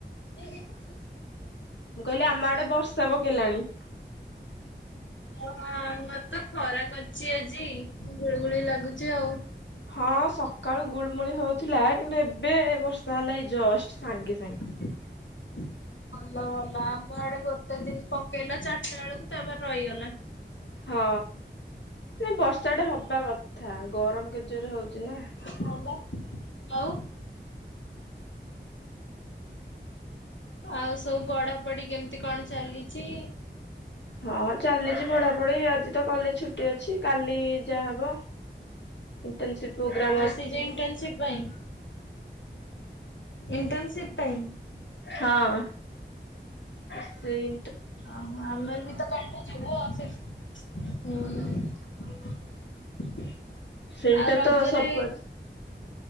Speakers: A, on the left (about 70°); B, on the left (about 85°).
A: ମୁଁ କହିଲି ଆମ ଆଡେ ବର୍ଷା ପକେଇଲାଣି।
B: ଯୋଉ ହଁ ଆମର ତ ଖରା କରିଚି ଆଜି ଗୁଳି ଗୁଳି ଲାଗୁଚି ଆଉ।
A: ହଁ ସକାଳୁ ଗୁଳୁମୁଳି ହଉଥିଲା କିନ୍ତୁ ଏବେ ବର୍ଷା ହେଲା ଏଇ ଜଷ୍ଟ ସାଙ୍ଗେ ସାଙ୍ଗେ।
B: <inaudible> ଭଲ ଭଲ ଆମ ଆଡେ ଗୋଟେ ଦିନ ପକେଇଲା ଚାରଟା ବେଳକୁ ତାପରେ ରଇଗଲା।
A: ହଁ ନାଇଁ ବର୍ଷା ଟା ହବା କଥା ଗରମ କେତେ ଜୋରେ ହଉଛି ନା।
B: ହବା ଆଉ। ଆଉ ସବୁ ପଢା ପଢି କେମିତି କଣ ଚାଲିଚି?
A: ହଁ ଚାଲିଛି ପଢାପଢି ଆଜି ତ କଲେଜ ଛୁଟି ଅଛି କାଲି ଯାହା ହବ ଇଣ୍ଟନସିପ ପ୍ରୋଗ୍ରାମ ଅଛି।
B: ସେଇ ଯୋଉ ଇଣ୍ଟର୍ନସିପ୍ ପାଇଁ। ଇଣ୍ଟର୍ନସିପ୍ ପାଇଁ।
A: ହଁ ସେଇ
B: ଆହଁ ଆମର ବି ତ କାଲିଠୁଁ ଯିବୁ ଆଉ ସେଠିକି ହୁଁ ହୁଁ
A: ସେଇଟା
B: ଆଉ ରଜରେ
A: ତ ସବୁଆଡେ